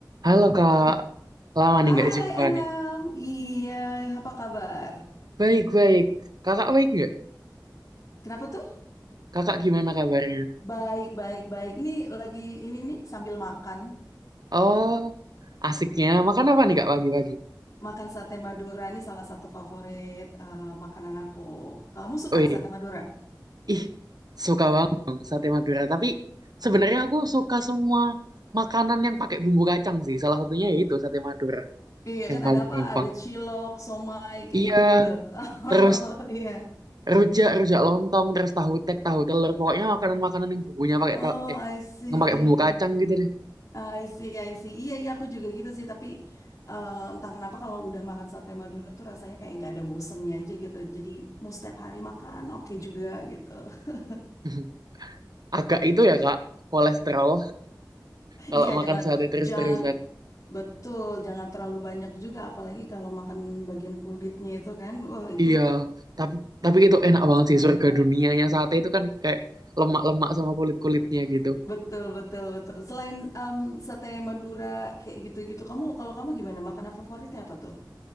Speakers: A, on the right (about 60°); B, on the left (about 45°).
A: Halo kak, lama nih
B: Hai
A: nggak jumpa
B: Anam,
A: nih.
B: iya apa kabar?
A: Baik baik, kakak baik nggak?
B: Kenapa tuh?
A: Kakak gimana kabarnya?
B: Baik, baik, baik. Ini lagi ini nih sambil makan.
A: Oh, asiknya. Makan apa nih kak pagi-pagi?
B: Makan sate Madura ini salah satu favorit eh, makanan aku. Kamu suka
A: Wih,
B: sate Madura?
A: ih, suka banget dong sate Madura. Tapi sebenarnya aku suka semua makanan yang pakai bumbu kacang sih. Salah satunya ya itu sate Madura
B: Iya
A: yang
B: kan
A: paling
B: ada apa?
A: gampang.
B: Ada cilok, somai, kayak
A: Iya,
B: gitu-gitu. <laughs>
A: terus
B: Oh iya.
A: rujak, rujak lontong, terus tahu tek, tahu telur. Pokoknya makanan-makanan yang bumbunya pakai
B: Oh,
A: tahu, eh,
B: I see.
A: yang pakai bumbu kacang gitu deh.
B: Ah, I see, I see. Iya, iya aku juga gitu sih. Tapi eh, entah kenapa kalau udah makan sate Madura tuh rasanya kayak nggak ada bosennya aja gitu. Jadi mau setiap hari makan, oke juga gitu. <laughs>
A: <laughs> Agak itu ya kak, kolesterol kalau
B: Iya,
A: makan
B: jangan,
A: sate terus-terusan.
B: jangan betul, jangan terlalu banyak juga. Apalagi kalau makan bagian kulitnya itu kan, wah itu
A: Iya, tapi tapi itu enak banget sih surga dunianya sate itu kan kayak lemak-lemak sama kulit-kulitnya gitu.
B: betul, betul, betul. Selain em, sate Madura kayak gitu-gitu, kamu kalau kamu gimana? Makanan favoritnya apa tuh?